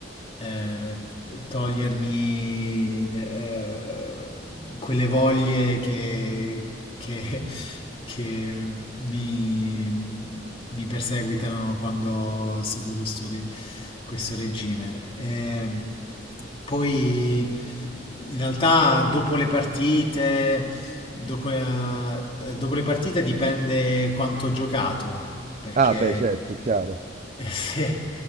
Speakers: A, on the left; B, on the right.
A: eh, togliermi eh, quelle voglie che, che- che mi, mi perseguitano quando seguo questo, re- questo regime. Eh, poi in realtà dopo le partite, dopo, eh, dopo le partite dipende quanto ho giocato perché
B: Ah beh certo, è chiaro.
A: eh, <laughs> se,